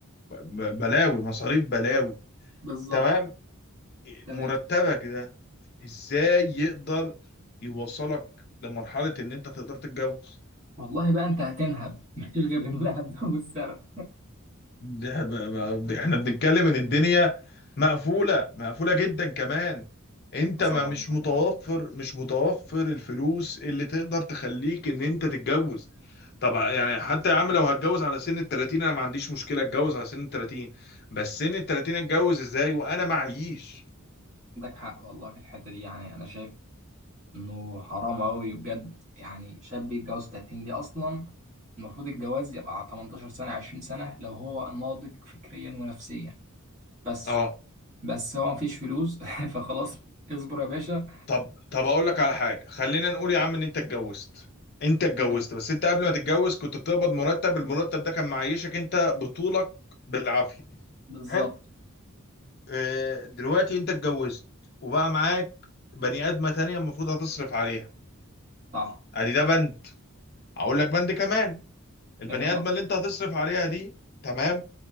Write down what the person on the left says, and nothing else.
بلاوي مصاريف بلاوي
تمام
مرتبك ده ازاي يقدر يوصلك لمرحلة ان انت تقدر تتجوز
ده ب... ب... ده احنا بنتكلم ان الدنيا مقفولة مقفولة جدا كمان انت
ما
مش متوفر
مش متوفر الفلوس اللي تقدر تخليك ان انت تتجوز طبعا يعني حتى يا عم لو هتجوز على سن ال 30 انا ما عنديش مشكلة اتجوز على سن ال 30 بس سن ال 30 اتجوز ازاي وانا معيش
اه
طب طب اقول لك على حاجه خلينا نقول يا عم ان انت اتجوزت انت اتجوزت
بس انت قبل ما تتجوز كنت بتقبض مرتب المرتب ده كان معيشك انت بطولك بالعافيه
حلو آه، دلوقتي انت اتجوزت وبقى معاك بني ادمه تانية المفروض هتصرف عليها
ادي ده بند اقول لك بند كمان البني
ادمه اللي انت هتصرف عليها دي تمام